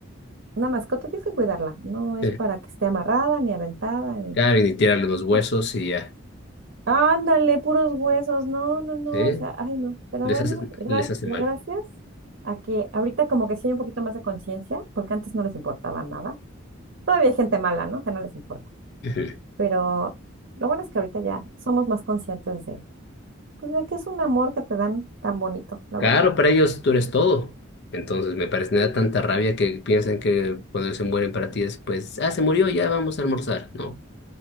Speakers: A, on the right (about 60°); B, on the left (about 55°).
A: una mascota tienes que cuidarla, no es
B: sí.
A: para que esté amarrada ni aventada, ni
B: Claro, y tirarle los huesos
A: Pues,
B: y ya.
A: Ándale, puros huesos. No, no, no.
B: Sí,
A: O sea, ay, no. Pero
B: les
A: bueno,
B: hace,
A: gra-
B: les hace
A: gracias
B: mal.
A: a que ahorita como que sí hay un poquito más de conciencia, porque antes no les importaba nada. Todavía hay gente mala, ¿no? Que no les importa.
B: Ujú.
A: Pero lo bueno es que ahorita ya somos más conscientes de, pues, de que es un amor que te dan tan bonito, la
B: Claro,
A: verdad.
B: para ellos tú eres todo. Entonces me parece,
A: Sí.
B: me da tanta rabia que piensan que cuando se mueren para ti es pues, ah, se murió, ya vamos a almorzar. No,